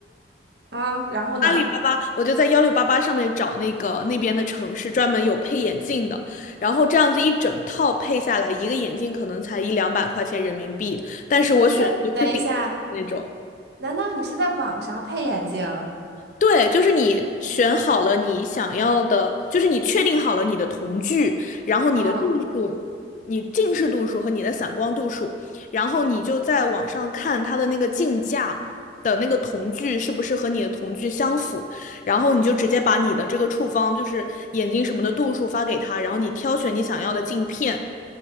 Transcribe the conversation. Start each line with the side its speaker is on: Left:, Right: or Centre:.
Right: 啊，然后呢？
Left: 阿里巴巴，我就在幺六八八上面找那个那边的城市专门有配眼镜的，然后这样子一整套配下来，一个眼镜可能才一两百块钱人民币，但是我选的就是顶那种。
Right: 不是，等一下，难道你是在网上配眼镜？
Left: 对，就是你选好了你想要的，就是你确定好了你的瞳距，然后你的度数，
Right: 嗯，
Left: 你近视度数和你的散光度数，然后你就在网上看它的那个镜架的那个瞳距是不是和你的瞳距相符，然后你就直接把你的这个处方，就是眼睛什么的度数发给他，然后你挑选你想要的镜片，